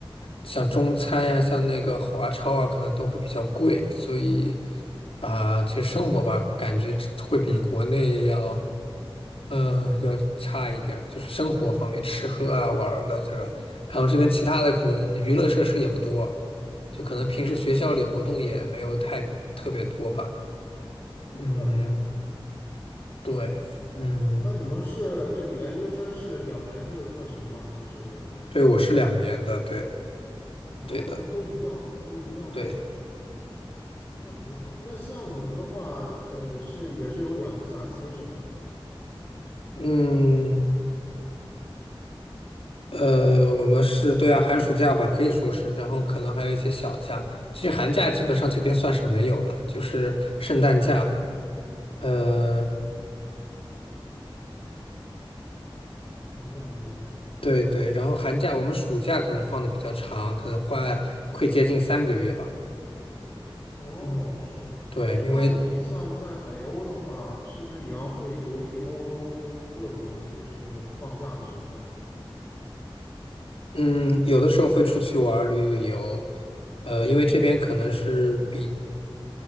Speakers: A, on the left; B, on the left.
A: 像中餐呀、像那个华超啊，可能都会比较贵，所以啊、其实生活吧，
B: 明白，
A: 感觉会比国内要，嗯、呃要差一点儿，就是生活方面，吃喝啊、玩儿的这个，然后这边其他的可能娱乐设施也不多，就可能平时学校里活动也没有太特别多吧。
B: 嗯，明白，
A: 嗯，
B: 明白，明白。
A: 对，嗯，
B: 那你们是这个研究生是两年制的课程吗？还是？
A: 对，我是两年的，对，
B: 哦，
A: 对的，
B: 那都一样，都一样的，
A: 对，
B: 那挺好。那像你们的话，呃，是也是有两个假期是吧？
A: 嗯。呃，我们是对啊，寒暑假吧，可以说是，然后可能还有一些小假。其实寒假基本上这边算是没有了，就是圣诞假。
B: 嗯，
A: 呃，
B: 明白，明白，明白。
A: 对对，然后寒假我们暑假可能放的比较长，可能快快接近三个月吧。
B: 哦，
A: 嗯，
B: 是。
A: 对，
B: 那你像在北欧的话，
A: 因为
B: 是不是也要会游历欧洲各国呢？就是放假的时候。
A: 嗯，有的时候会出去玩儿旅旅游。呃，因为这边可能是比